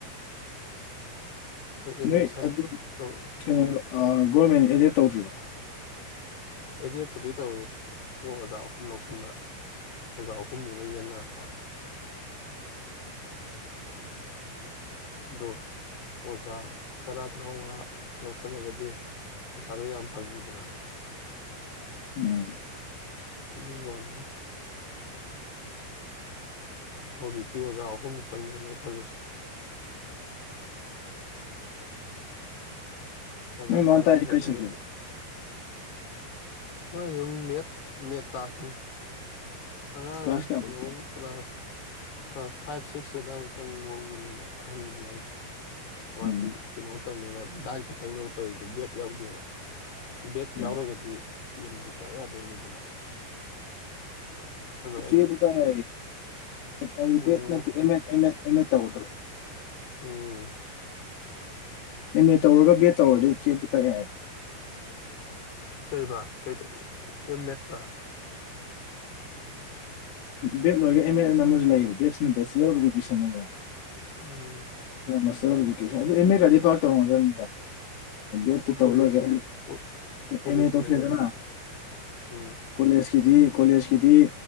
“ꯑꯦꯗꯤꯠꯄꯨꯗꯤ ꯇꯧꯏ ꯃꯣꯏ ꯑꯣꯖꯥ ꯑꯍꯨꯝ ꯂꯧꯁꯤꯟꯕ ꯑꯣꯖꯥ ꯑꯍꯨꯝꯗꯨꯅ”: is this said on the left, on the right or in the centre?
Left